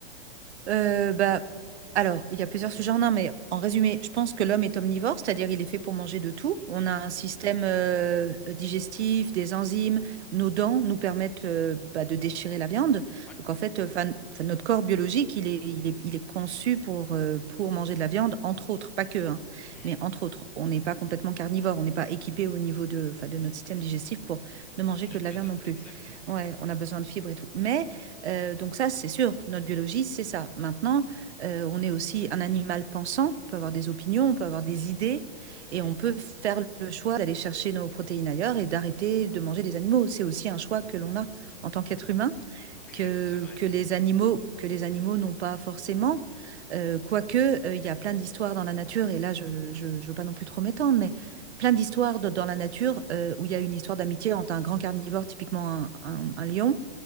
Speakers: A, on the right; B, in the centre.
A: Euh, bah, alors, il y a plusieurs sujets en un, mais en résumé, je pense que l'homme est omnivore, c'est-à-dire il est fait pour manger de tout. On
B: Mhm.
A: a un système euh, digestif, des enzymes, nos dents nous permettent euh, bah, de déchirer la viande.
B: Ouais.
A: Donc en fait, euh, 'fin, 'fin, notre corps biologique, il est, il est, il est conçu pour, euh, pour manger de la viande, entre autres, pas que, hein,
B: Ouais,
A: mais entre autres. On n'est pas complètement carnivore, on n'est pas équipé au niveau de, 'fin, de notre système digestif pour ne
B: manger
A: manger que de
B: que
A: la viande
B: de...
A: non plus.
B: Exactement.
A: Ouais, on a besoin de fibres et tout. Mais Euh, donc ça, c'est sûr, notre biologie, c'est ça. Maintenant, euh, on est aussi un animal pensant, on peut avoir des opinions, on peut avoir des idées, et
B: Hmm.
A: on peut faire le choix d'aller chercher nos protéines ailleurs et d'arrêter de manger des animaux. C'est aussi un choix que l'on a en tant qu'être humain,
B: Ok,
A: que,
B: c'est vrai.
A: que les animaux, que les animaux n'ont pas forcément. Euh, quoique, euh, il y a plein d'histoires dans la nature, et là, je ne veux pas non plus trop m'étendre, mais plein d'histoires de- dans la nature euh, où il y a une histoire d'amitié entre un grand carnivore, typiquement un un- un lion,